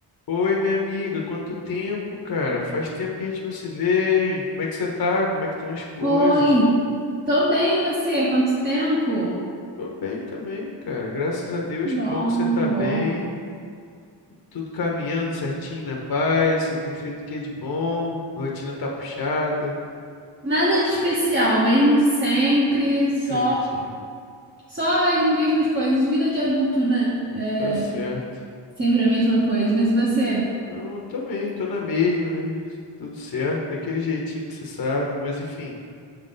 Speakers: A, on the left; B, on the right.
A: Oi, minha amiga, quanto tempo, cara? Faz tempo que a gente não se vê, hein? Como é que você tá? Como é que estão as coisas?
B: Oi, tô bem, e você? Quanto tempo?
A: Tô bem também, cara. Graças a Deus,
B: Que Bom,
A: que bom que você tá
B: que bom.
A: bem. Tudo caminhando certinho na paz. Você tem feito o que de bom? Rotina tá puxada.
B: Nada de especial, mesmo de sempre, só
A: Entendi.
B: só as mesmas coisas, vida de adulto, né? É,
A: Tá certo.
B: sempre a mesma coisa. Mas e você?
A: Não, eu também tô na mesma, né? Tudo certo, daquele jeitinho que você sabe, mas enfim.